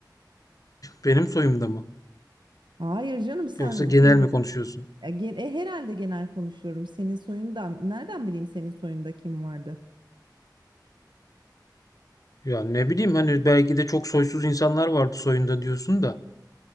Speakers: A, on the left; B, on the right.
A: Benim soyumda mı?
B: Hayır canım sen
A: Yoksa genel
B: senin
A: mi konuşuyorsun?
B: E, gen- e, herhalde genel konuşuyorum. Senin soyundan nereden bileyim senin soyunda kim vardı?
A: Ya ne bileyim hani belki de çok soysuz insanlar vardı soyunda diyorsun da.